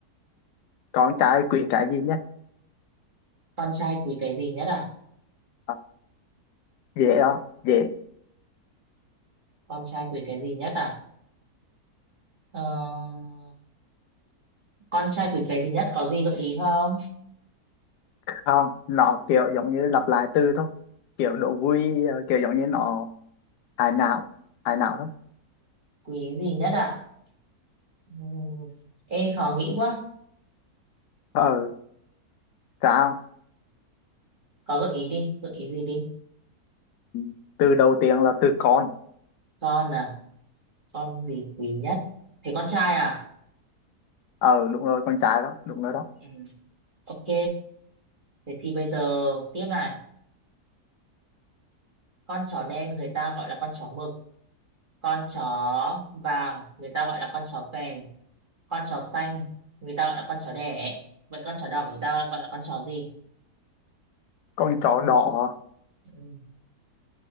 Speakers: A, on the left; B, on the right.
A: con trai quỷ cái gì nhất
B: con trai quý cái gì nhất à
A: ờ, dễ
B: Ừ,
A: đó dễ
B: con trai quý cái gì nhất à ờ... con trai quý cái gì nhất có gì gợi ý không
A: không nó kiểu giống như lặp lại từ thôi kiểu đổ vui ờ, kiểu giống như nó hài não hài não thôi
B: quý gì nhất à ừ. ê khó nghĩ quá
A: ờ sao
B: có gợi ý đi gợi ý gì đi
A: Ừ, từ đầu tiên là từ con
B: con à con gì quý nhất thế con trai à
A: ờ đúng rồi con trai đó đúng rồi đó
B: ừ. Ok, thế thì bây giờ tiếp này. Con chó đen người ta gọi là con chó mực. Con chó vàng người ta gọi là con chó phèn. Con chó xanh người ta gọi là con chó đẻ. Vậy con chó đỏ người ta gọi là con chó gì?
A: con chó đỏ
B: Ừ,